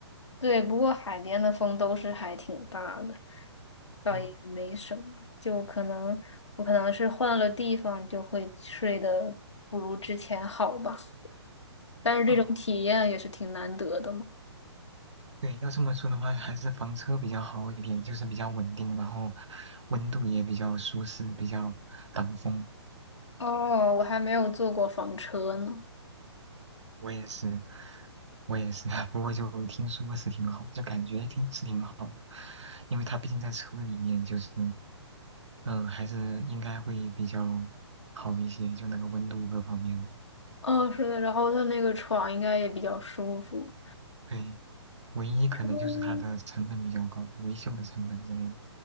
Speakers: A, on the left; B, on the right.
A: 对，不过海边的风都是还挺大的，倒也没什么。
B: 嗯，
A: 就可能我可能是换了地方，就会睡得不如之前好吧。但是这种体验也是挺难得的嘛。
B: 哦对，要这么说的话，还是房车比较好一点，就是比较稳定，然后温度也比较舒适，比较挡风。
A: 哦，我还没有坐过房车呢。
B: 我也是，我也是，<laughs> 不过就听说是挺好，就感觉挺是挺好的，因为它毕竟在车里面，就是，嗯、还是应该会比较好一些，就那个温度各方面的。
A: 哦，是的，然后它那个床应该也比较舒服。
B: 对，唯一可能就是它的成本比较高，
A: 嗯
B: 维修的成本之类的